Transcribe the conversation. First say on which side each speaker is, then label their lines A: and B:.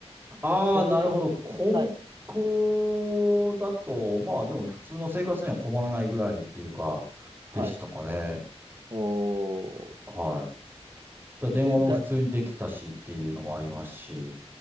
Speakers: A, on the right; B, on the right.
A: ああ、
B: それで、
A: なるほど。高校だと、
B: はい、
A: まあでも普通の生活には困らないぐらいっていうか、でしたかね。
B: はい。おー。
A: はい。だから電話も普通にできたしっていうのもありますし、
B: で、だ、